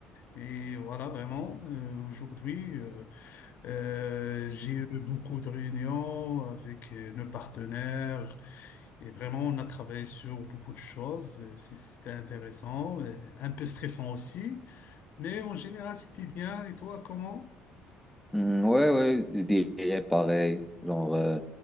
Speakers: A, on the left; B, in the centre.
A: Et voilà, vraiment, euh, aujourd'hui, euh, euh, j'ai eu beaucoup de réunions avec euh, nos partenaires. Et vraiment, on a travaillé sur beaucoup de choses. Euh, c'est- C'était intéressant, euh, un peu stressant aussi. Mais en général, c'était bien. Et toi, comment?
B: Hmm, ouais, ouais, je dirais pareil. Genre, euh,